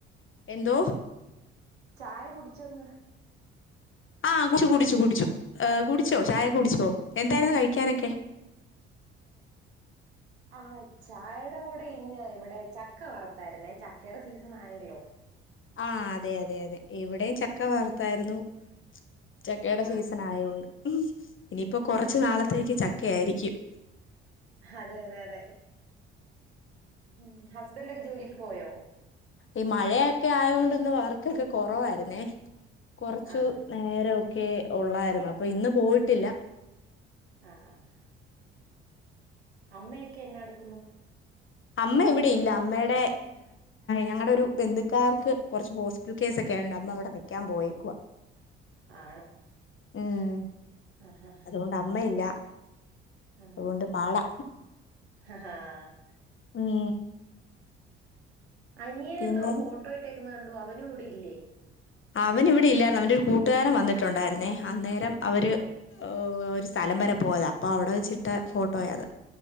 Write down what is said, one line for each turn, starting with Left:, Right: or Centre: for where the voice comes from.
Left: എന്തോ
Right: ചായ കുടിച്ചൊ ഇന്ന്
Left: ആഹ് കുടിച്ചു കുടിച്ചു കുടിച്ചു കുടിച്ചോ ചായയൊക്കെ കുടിച്ചോ എന്തായിരുന്നു കഴിക്കാനൊക്കെ
Right: ആഹ് ചായയുടെ കൂടെ ഇന്ന് ഇവിടെ ചക്ക വറുത്തായിരുന്നേ ചക്കയുടെ സീസൺ ആയല്ലോ
Left: ആഹ് അതെ അതെ അതെ ഇവിടെയും ചക്ക വറുത്തായിരുന്നു ചക്കയുടെ
Right: ആഹ്
Left: സീസൺ ആയോണ്ട് ഇനിയിപ്പോ കൊറച്ചു നാളത്തേക്ക്
Right: ആഹ്
Left: ചക്കയായിരിക്കും
Right: അതെ അതെ അതെ ഉം ഹസ്ബൻഡ് ഒക്കെ ജോലിക്ക് പോയോ
Left: ഈ മഴയൊക്കെ ആയോണ്ട് ഇന്ന് വർക്കൊക്കെ കൊറവായിരുന്നേ കൊറച്ചു-
Right: ആഹാ
Left: നേരൊക്കെ ഉള്ളായിരുന്നു. അപ്പൊ ഇന്ന് പോയിട്ടില്ല.
Right: ആഹ് അമ്മയൊക്കെ എന്നാ എടുക്കുന്നു.
Left: അമ്മ ഇവിടെയില്ല. അമ്മയുടെ ഞങ്ങളുടെ ഒരു ബന്ധുക്കാർക്ക് കുറച്ച് ഹോസ് പിറ്റൽ കേസൊക്കെയോണ്ട് അമ്മവിടെ നിക്കാൻ പോയേക്കുവ.
Right: ആണോ
Left: ഉം
Right: ആഹ്
Left: അതുകൊണ്ട് അമ്മയില്ല.
Right: ആഹ്
Left: അതുകണ്ട് പാടാ
Right: ആഹ് ഹാഹ്
Left: ഉം
Right: അനിയൻ
Left: പിന്നെ
Right: എന്തോ ഫോട്ടോ ഇട്ടേക്കുന്നെ കണ്ടു അവനും ഇവിടെ ഇല്ലേ?
Left: അവൻ ഇവിടെ ഇല്ലായിരുന്നു. അവന്റെ ഒരു കൂട്ടുകാരൻ വന്നിട്ടുണ്ടായിരുന്നേ അന്നേരം അവര് ഒരു സ്ഥലം വരെ പോയത അപ്പൊ അവിടെ വെച്ചിട്ട് ഫോട്ടോയ അത്.